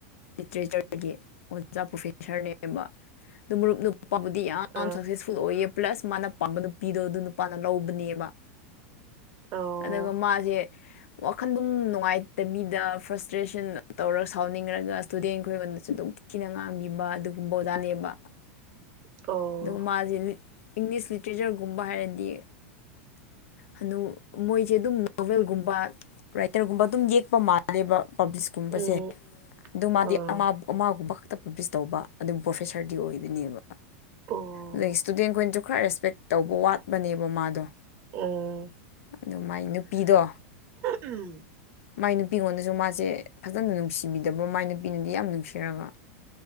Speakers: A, on the left; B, on the right.
A: ꯂꯤꯇ꯭ꯔꯦꯆꯔꯗꯒꯤ ꯑꯣꯖꯥ ꯄ꯭ꯔꯣꯐꯦꯁꯔꯅꯦꯕ ꯑꯗꯨ ꯃꯔꯨꯞ ꯅꯨꯄꯥ ꯕꯗ ꯌꯥꯝꯝ
B: ꯑ
A: ꯃꯥꯌ ꯄꯥꯀꯄꯥ ꯑꯣꯏꯌꯦ꯫ ꯄ꯭ꯂꯁ ꯃꯥꯅ ꯄꯥꯝꯕ ꯅꯨꯄꯤꯗꯣ ꯑꯗꯨ ꯅꯨꯄꯥꯅ ꯂꯧꯕꯅꯦꯕ
B: ꯑꯣ
A: ꯑꯗꯨꯒ ꯃꯥꯁꯦ ꯋꯥꯈꯜꯗꯨꯝ ꯅꯨꯡꯉꯥꯏ ꯍ ꯗꯕꯤꯗ ꯐ꯭ꯔꯁꯇ꯭ꯔꯦꯁꯟ ꯇꯧꯔꯒ ꯁꯥꯎꯅꯤꯡꯔꯒ ꯏꯁꯇꯨꯗꯦꯟꯈ ꯑꯩꯉꯣꯟꯗꯁꯨ ꯑꯗꯨꯝ ꯊꯤꯅ ꯉꯥꯡꯕꯤꯕ ꯑꯗꯨ ꯀꯨꯝꯕꯗꯥꯟꯦꯕꯕ
B: <inaudible> ꯑꯣ
A: ꯑꯗꯨꯒ ꯃꯥꯁꯦ ꯏꯪꯂꯤꯁ ꯂꯤꯇ꯭ꯔꯦꯆꯔꯒꯨꯝꯕ ꯍꯥꯏꯔꯗꯤ ꯍꯅꯨ ꯃꯣꯏꯁꯦ ꯑꯗꯨꯝ ꯅꯣꯕꯦꯜꯒꯨꯝꯕ ꯔꯥꯏꯇꯔꯒꯨꯝꯕ ꯑꯗꯨꯝ ꯌꯦꯛꯄ ꯃꯥꯜꯂꯦꯕ ꯄꯕ꯭ꯂꯤꯁꯀꯨꯝꯕꯁꯦ
B: ꯎꯝ
A: ꯑꯗꯨ ꯃꯥꯗꯤ
B: ꯑ
A: ꯑꯃꯥꯒꯨꯝꯕ ꯇꯞ ꯄ ꯄꯤꯁ ꯇꯧꯕ ꯑꯗꯨꯝ ꯄ꯭ꯔꯣꯐꯦꯁꯔꯗꯤ ꯑꯣꯏꯗꯣꯏꯅꯦꯕ
B: ꯑꯣ
A: ꯑꯗꯩ ꯏꯁꯇꯨꯗꯦꯟꯈꯅ ꯈꯔ ꯔꯦꯁꯄꯦꯛ ꯇꯧꯕ ꯋꯥꯠꯄꯅꯦꯕ ꯃꯥꯗꯣ
B: ꯎꯝ
A: ꯑꯗꯨ ꯃꯥꯏ ꯅꯨꯄꯤꯗꯣ
B: ꯎꯝ
A: ꯃꯥꯏ ꯅꯨꯄꯤꯉꯣꯟꯗꯁꯨ ꯃꯥꯁꯦ ꯐꯖꯅ ꯅꯨꯡꯁꯤꯕꯤꯗꯕ ꯃꯥꯏ ꯅꯨꯄꯤꯅꯗꯤ ꯌꯥꯝ ꯅꯨꯡꯁꯤꯔꯒ